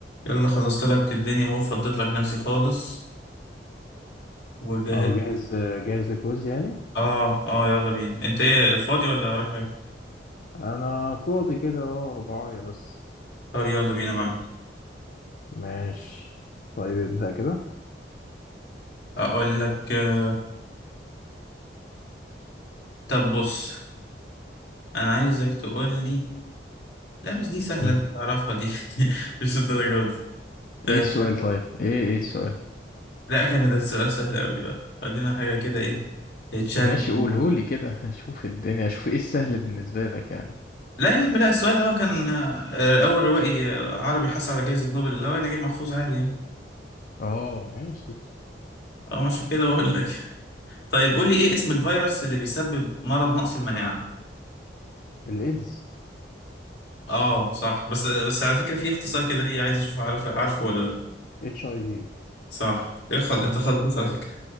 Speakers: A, on the left; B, on the left.
A: يلا خلصت لك الدنيا اهو فضيت لك نفسي خالص وجهزت
B: اه جاهز جاهز لكويز يعني
A: اه اه يلا بينا انت ايه اللي فاضي ولا وراك حاجه
B: انا فاضي كده اه رباعية بس
A: طب يلا بينا معاك
B: نلحق. ماشي طيب ابدأ كده
A: اقول لك آه، طب بص انا عايزك تقول لي لا بس دي سهله
B: مم.
A: انت تعرفها دي <laughs> مش الدرجه دي
B: ايه
A: آه،
B: السؤال طيب ايه ايه السؤال
A: لا كان ده السؤال سهل قوي ده خلينا حاجه كده ايه تشالنج
B: ماشي
A: من
B: قولهولي
A: جديد.
B: كده اشوف الدنيا اشوف ايه السهل بالنسبة لك يعني
A: لا يا عم لا السؤال هو كان آه، اول روائي آه، عربي حصل على جائزه نوبل لو انا نجيب محفوظ عادي يعني
B: اه ماشي
A: اه مش كده بقول لك طيب قول لي ايه اسم الفيروس اللي بيسبب مرض نقص المناعة
B: الايدز
A: اه صح بس بس على فكرة في اختصار كده ليه عايز اشوف عارف عارفه ولا لا
B: اتش اي في
A: صح يخل انت خلبوص على فكرة